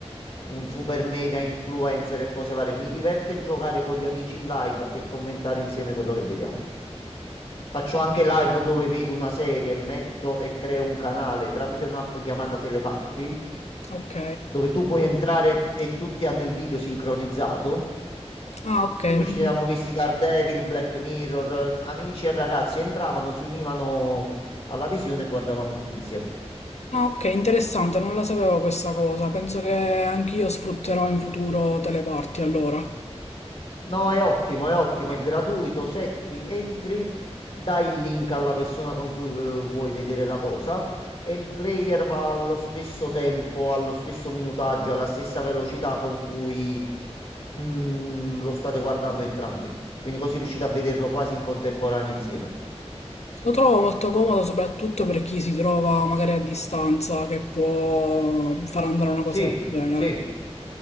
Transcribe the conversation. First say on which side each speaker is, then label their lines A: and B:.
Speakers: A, on the left; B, on the left.
A: un super mega influencer e cose varie. Mi diverte giocare con gli amici in live e commentare insieme quello che vediamo. Faccio anche live dove vedo una serie, metto e creo un canale tramite un'app chiamata Teleparty,
B: Ok.
A: dove tu puoi entrare e tutti hanno il video sincronizzato.
B: Ah, ok.
A: Tipo
B: non-
A: ci siamo visti Daredevil, Black Mirror, eh, amici e ragazzi entravano, si univano alla visione e guardavamo tutti insieme.
B: Ah, ok, interessante, non la sapevo questa cosa. Penso che anch'io sfrutterò in futuro teleparti allora.
A: No, è ottimo, è ottimo, è gratuito. Setti, entri, dai il link alla persona con cui eh, vuoi vedere la cosa e il player va allo stesso tempo, allo stesso minutaggio, alla stessa velocità con cui mm, lo state guardando entrambi. Quindi così riuscite a vederlo quasi in contemporanea insieme.
B: Lo trovo molto comodo soprattutto per chi si trova magari a distanza che può far andare una cosa
A: Sì,
B: del genere.
A: sì,